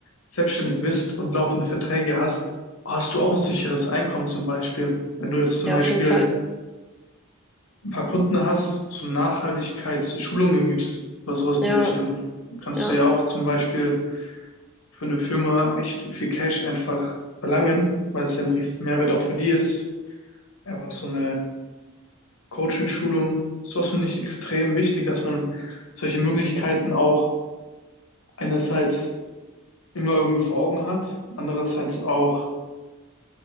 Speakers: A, on the left; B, in the centre.
A: selbstständig bist und laufende Verträge hast, hast du auch ein sicheres Einkommen zum Beispiel. Wenn du jetzt zum
B: ja,
A: Beispiel
B: auf jeden Fall.
A: ein paar Kunden hast, so Nachhaltigkeitsschulungen gibst oder sowas
B: Ja,
A: in die Richtung, kannst
B: ja.
A: du ja auch zum Beispiel für eine Firma echt viel Cash einfach verlangen, weil es ja ein riesen Mehrwert auch für die ist. Einfach so eine Coaching-Schulung. Sowas finde ich extrem wichtig, dass man solche Möglichkeiten auch einerseits immer irgendwie vor Augen hat, andererseits auch